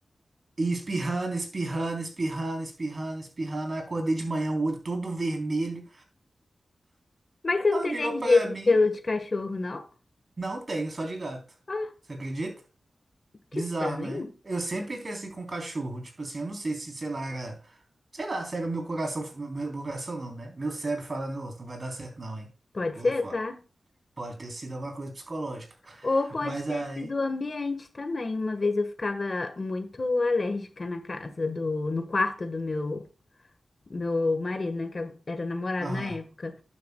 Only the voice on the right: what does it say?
E espirrando, espirrando, espirrando, espirrando, espirrando. Aí acordei de manhã, o olho todo vermelho.
Ela
virou
pra
mim.
Não tenho, só de gato.
Você acredita?
Bizarro,
né? Eu sempre cresci com cachorro. Tipo assim, eu não sei se, sei lá, era. Sei lá, cega meu coração, meu, meu coração não, né? Meu cérebro falando, "Ô, não vai dar certo não, hein?
Pula
fora.
Pode ter sido alguma coisa psicológica.
Mas
aí,
aham,